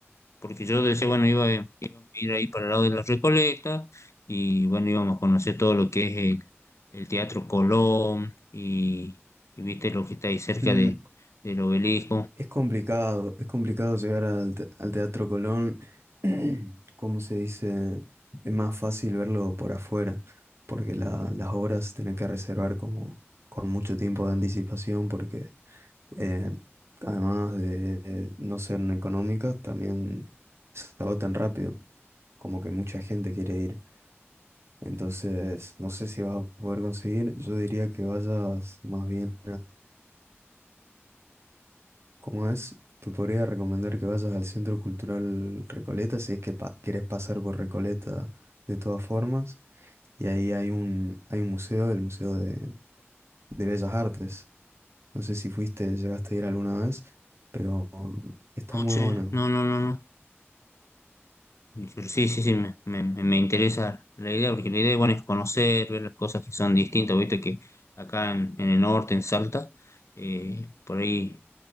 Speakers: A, on the left; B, on the right.
A: porque yo decía, bueno, iba, iba a ir ahí para el lado de la Recoleta y bueno, íbamos a conocer todo lo que es el, el Teatro Colón y, y viste lo que está ahí cerca
B: Mm,
A: de, del obelisco.
B: Es complicado, es complicado llegar al, te- al Teatro Colón, <clears throat> como se dice, es más fácil verlo por afuera, porque la- las obras tienen que reservar como con mucho tiempo de anticipación, porque eh, además de, de no ser económicas, también se agotan rápido, como que mucha gente quiere ir. Entonces, no sé si vas a poder conseguir, yo diría que vayas más bien Como es, te podría recomendar que vayas al Centro Cultural Recoleta si es que pa- querés pasar por Recoleta de todas formas. Y ahí hay un, hay un museo, el Museo de, de Bellas Artes. No sé si fuiste, llegaste a ir alguna vez, pero um, está
A: noche
B: muy bueno.
A: no, no, no, no. Pero Sí, sí, sí, me, me, me me interesa la idea, porque la idea, bueno, es conocer, ver las cosas que son distintas, viste que acá en, en el norte, en Salta, eh, por ahí